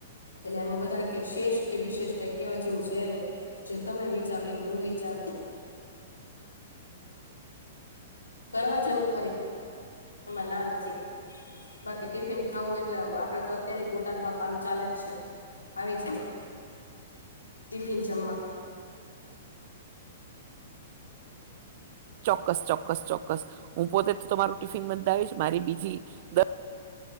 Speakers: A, on the left (about 85°); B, on the right (about 50°).
A: એટલે એમાં વધારે કઈક શેષ કે વિશેષ કઈ કેવા જેવું છે નહીં. જે તમે વિચારો એ હું વિચારું. કરવા જેવું ખરી એમાં ના નથી. બાકી ટિફિન ખાવું હોય તો આપડે તો અત્યારે બોટાદમાં કામ ચાલે જ છે આવી જજો ટિફિન જમવા
B: ચોક્કસ ચોક્કસ ચોક્કસ હું પોતે તો તમારું ટિફિન બંધાવીશ મારી બીજી દ